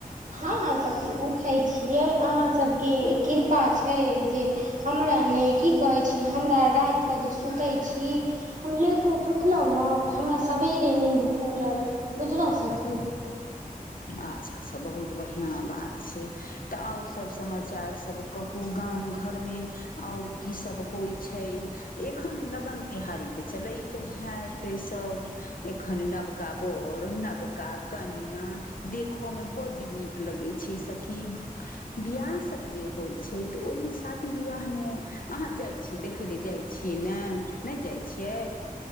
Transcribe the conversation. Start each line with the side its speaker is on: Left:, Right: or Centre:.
Right: हँ हँ सखी उठै छियै अहाँ सबके किरपा छै जे हमरा ने की कहै छी हमरा राति क जे सुतै छी, हम लेटो सुतलौं नऽ त हमरा सेबेरे नींद खुलल बुझलौं सखी।
Left: आच्छा आच्छा बहुत बढ़ियां बात छै त और सब समाचार सब कहू गाम घर मे और की सब होइ छै एखन लगन तिहारी ते चलैत हैत सब एखन नबका बर नबका। कनिया देखऽ में बड नीक लगैय छैय सखीब। बियाह सब जे होइ छैय तऽ ओहिमे शादी विवाह मे अहां जाय। छिय देखैय लै जाइ छियै न नइ जाइ छियै।